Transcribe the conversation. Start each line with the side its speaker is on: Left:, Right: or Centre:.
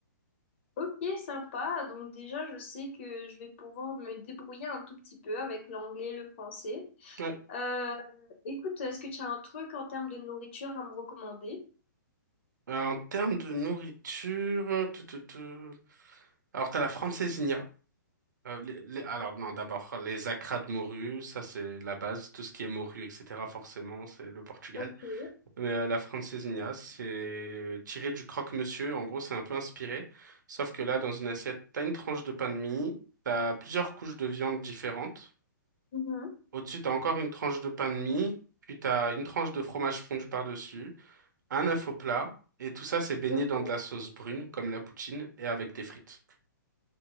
Left: Ok, sympa. Donc déjà, je sais que je vais pouvoir me débrouiller un tout petit peu avec l'anglais et le français.
Right: Ouais.
Left: Euh, écoute, est-ce que tu as un truc en termes de nourriture à me recommander?
Right: Euh, en termes de nourriture, tout, tout, tout. Alors t'as la francesinha. Euh, les- les- alors non, d'abord les acras de morue, ça c'est la base, tout ce qui est morue, etc. Forcément, c'est le Portugal.
Left: Ok.
Right: Mais euh, la francesinha, c'est tiré du croque-monsieur. En gros, c'est un peu inspiré, sauf que là, dans une assiette, t'as une tranche de pain de mie, t'as plusieurs couches de viande différentes.
Left: Mhm.
Right: Au-dessus, t'as encore une tranche de pain de mie, puis t'as une tranche de fromage fondu par-dessus, un œuf au plat, et tout ça c'est baigné
Left: Ok.
Right: dans de la sauce brune comme la poutine et avec des frites.